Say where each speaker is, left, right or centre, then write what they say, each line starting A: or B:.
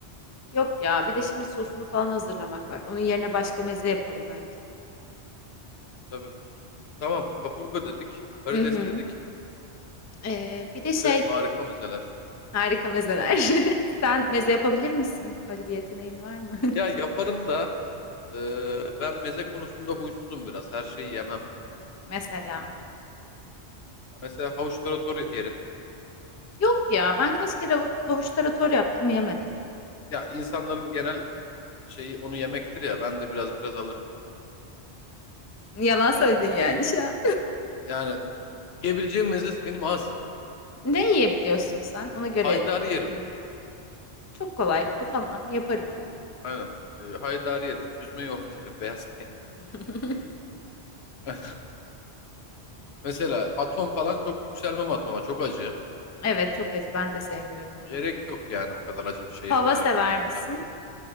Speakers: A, on the left (about 25°); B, on the left (about 70°).
A: Yok ya, bir de şimdi sosunu falan hazırlamak var. Onun yerine başka meze yapalım bence.
B: Tabii. Tamam. Kaburga dedik. Karides
A: Hı hı.
B: dedik.
A: Ee, bir de şey,
B: Bir de harika mezeler.
A: harika mezeler. <laughs> Sen meze yapabilir misin? Öyle bir yeteneğin var mı?
B: Ya yaparım da e, ben meze konusunda huysuzum biraz. Her şeyi yemem.
A: <laughs> Mesela.
B: Mesela havuç tarator yerim.
A: Yok ya, ben kaç kere havu- havuç tarator yaptım yemedin.
B: Ya insanların genel şeyi onu yemektir ya. Ben de biraz biraz alırım.
A: Yalan söyledin yani şu an.
B: Yani yiyebileceğim meze benim az.
A: <laughs> Ne yiyebiliyorsun sen? Ona göre
B: Haydari
A: yapayım.
B: yerim.
A: Çok kolay. O tamam. Yaparım onu.
B: Aynen. E, haydari yerim. Süzme yoğurt yerim. Beyaz peynir.
A: <laughs>
B: <laughs> Mesela atom falan çok yükselmem atoma. Çok acı.
A: Evet çok acı. Ben de sevmiyorum onu.
B: Gerek yok yani o kadar acı bir şey yeme
A: Fava
B: yarakının
A: sever
B: yanında.
A: misin?